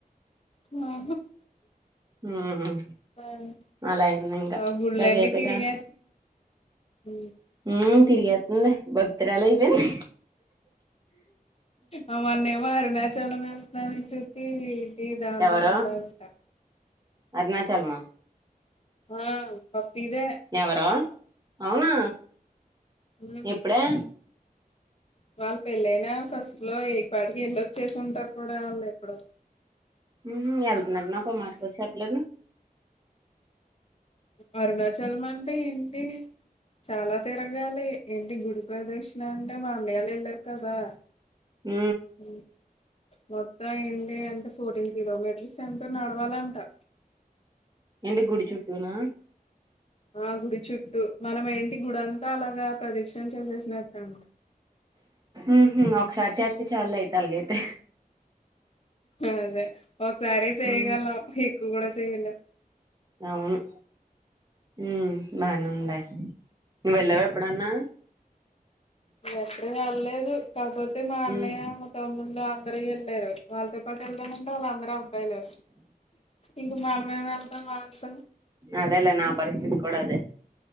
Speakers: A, on the left (about 40°); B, on the right (about 25°).
A: ఉ హా
B: హ్మ్
A: ఉ
B: అలా అయింది ఇంకా
A: మా గుళ్ళన్నీ
B: కాసేపు
A: తిరిగే
B: ఇక
A: ఉమ్
B: ఉమ్ తిరిగేతుంది భక్తురాాలు అయిపోంది
A: అ మొన్నేమో అరుణాచలం వెళ్తున్నానని చెప్పి ఈ దాంతో
B: ఎవరు
A: అందా ఉంటా
B: అరుణాచలమా
A: ఆ పప్పీదే
B: ఎవరో అవునా
A: ఉమ్
B: ఇప్పుడే
A: వాళ్ళు పెళ్ళైనా ఫస్ట్ లో ఇ పాటికి ఎళ్ళొచ్చేసి ఉంటారు కూడా ఆళ్ళు ఎప్పుడో
B: ఉమ్ ఎళ్తున్నారు నాకో మాటకూడా చెప్పలేదు
A: అరుణాచలం అంటే ఏంటి చాలా తిరగాలి ఏంటి గుడి ప్రదక్షిణ అంటే మండయాల ఎల్ర్కి కదా
B: ఉ
A: ఉ మొత్తం ఏంటి ఎంత ఫోర్టీన్ కిలోమీటర్స్ ఎంతో నడవాలాంటా
B: ఏంటి గుడి చుట్టూ నా
A: ఆ గుడి చుట్టూ మనం ఏంటి గుడంతా అలాగా ప్రదక్షణ చేసేసినట్టు
B: ఉహు ఒకసారి చేస్త చాలేతే అలాగైతే
A: అదే ఒకసారే చేయగళం
B: హ్మ్
A: ఎక్కువ గూడా చేయలేం
B: అవును ఉమ్ బానేంది నువ్వు వెళ్ళావా ఎప్పుడన్నా
A: ఎక్కడికి వెళ్ళలేదు కాకపోతే మా అన్నయ్య
B: ఉమ్
A: తమ్ముళ్లు అందరు వెళ్ళారు వాళ్ళతో పాటు వెళదామ అంటే వాళ్ళు అందరు అబ్బయలే ఇంక మనమేం వెళ్తాం వాళ్ళతో
B: అదలా నా పరిస్థితి కూడా అదే